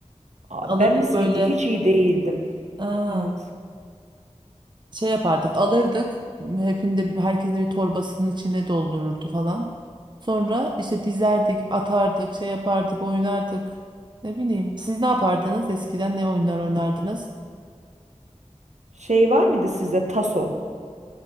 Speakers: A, on the right; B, on the right.
A: Aa,
B: Alırdık
A: ben misketi
B: böyle.
A: hiç iyi değildim.
B: Aa,
A: Evet.
B: şey yapardık alırdık hepinde herkesin bir torbasının içine doldururdu falan. Sonra işte dizerdik atardık şey yapardık oynardık ne bileyim siz ne yapardınız eskiden ne oyunlar oynardınız?
A: Şey var mıydı sizde taso?